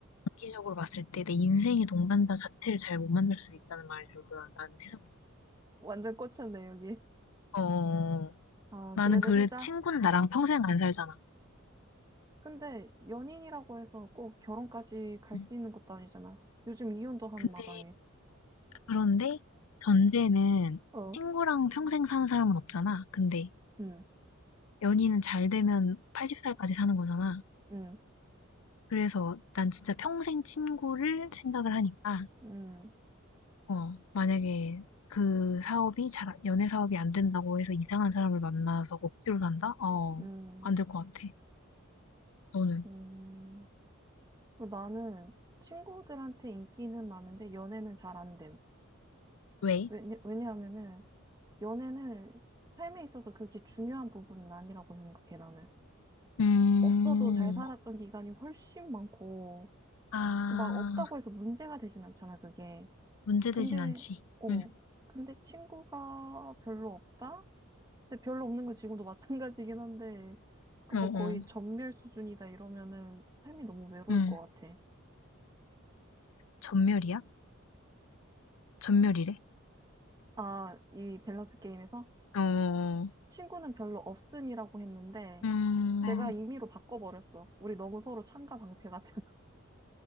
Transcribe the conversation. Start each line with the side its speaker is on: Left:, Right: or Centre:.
Left: 장기적으로 봤을 때 내 인생의 동반자 자체를 잘 못 만날 수도 있다는 말로는 나는 해석이
Right: 완전 꽂혔네, 여기.
Left: 어,
Right: 아,
Left: 나는
Right: 그래서
Left: 그래,
Right: 후자?
Left: 친구는 나랑 평생 안 살잖아.
Right: 근데 연인이라고 해서 꼭 결혼까지 갈
Left: 응.
Right: 수 있는 것도 아니잖아. 요즘 이혼도 하는
Left: 근데,
Right: 마당에.
Left: 그런데 전제는
Right: 어,
Left: 친구랑 평생 사는 사람은 없잖아. 근데
Right: 응,
Left: 연인은 잘 되면 80살까지 사는 거잖아.
Right: 응,
Left: 그래서 난 진짜 평생 친구를 생각을 하니까,
Right: 응,
Left: 어, 만약에 그 사업이 잘, 연애 사업이 안 된다고 해서 이상한 사람을 만나서 억지로 산다? 어,
Right: 응,
Left: 안 될 것 같아. 너는?
Right: 응. 그리고 나는 친구들한테 인기는 많은데 연애는 잘 안 됨.
Left: 왜?
Right: 왜, 왜냐하면은 연애는 삶에 있어서 그렇게 중요한 부분은 아니라고 생각해, 나는.
Left: 음,
Right: 없어도 잘 살았던 기간이 훨씬 많고,
Left: 아,
Right: 그 막 없다고 해서 문제가 되진 않잖아, 그게.
Left: 문제되진
Right: 근데,
Left: 않지.
Right: 어,
Left: 응,
Right: 근데 친구가 별로 없다? 근데 별로 없는 건 지금도 마찬가지긴 한데, 그 뭐
Left: 어, 어,
Right: 거의 전멸 수준이다 이러면은 삶이 너무 외로울
Left: 응.
Right: 것 같아.
Left: 전멸이야? 전멸이래?
Right: 아, 이 밸런스 게임에서
Left: 어.
Right: 친구는 별로 없음이라고 했는데,
Left: 음,
Right: 내가 임의로 바꿔버렸어. 우리 너무 서로 창가 방패 같아.